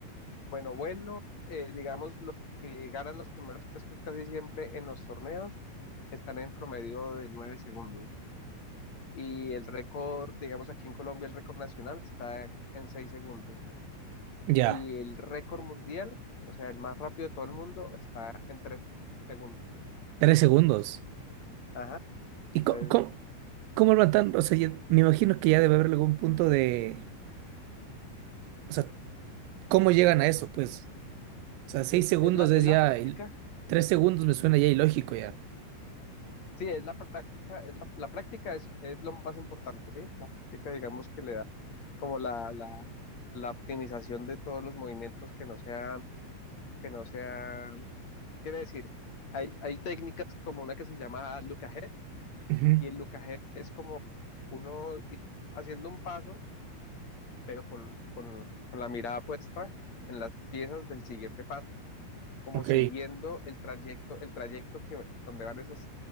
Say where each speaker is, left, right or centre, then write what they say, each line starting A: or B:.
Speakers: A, on the left (about 35°); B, on the right (about 85°).
A: bueno, bueno, eh, digamos, los que ganan los primeros puestos casi siempre en los torneos están en promedio de 9 segundos. Y el récord, digamos, aquí en Colombia el récord nacional está en 6 segundos.
B: Ya.
A: Y el récord mundial, o sea, el más rápido de todo el mundo, está en tres segundos.
B: Tres segundos.
A: Ajá,
B: ¿Y co-
A: entonces
B: cómo, cómo, lo matan? O sea, ya- me imagino que ya debe haber algún punto de. O sea, ¿cómo llegan a eso? Pues. O sea, seis
A: es,
B: segundos
A: es la,
B: es
A: es la
B: ya.
A: práctica,
B: il- Tres segundos me suena ya ilógico ya.
A: Sí, es la práctica, es la, la práctica es, es lo más importante, ¿sí? La práctica, digamos, que le da como la, la, la optimización de todos los movimientos que no sean, que no sean, quiere decir, hay, hay técnicas como una que se llama look ahead,
B: Ujú,
A: y el look ahead es como uno ir haciendo un paso, pero con, con, con la mirada puesta en las piezas del siguiente paso, como
B: Ok.
A: siguiendo el trayecto, el trayecto que, donde van esas,